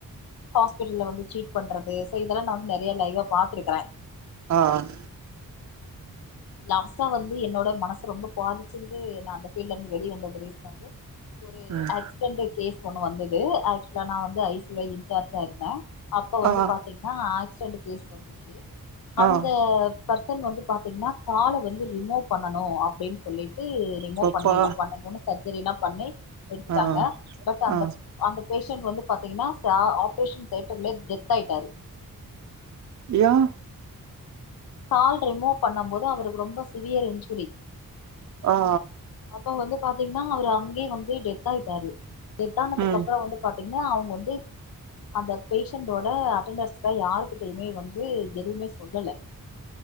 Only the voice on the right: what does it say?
ஆஹ்
ம்
ஆ
ஆ
பப்பா
ஆ
ஆ
ஏன்
ஆ
ம்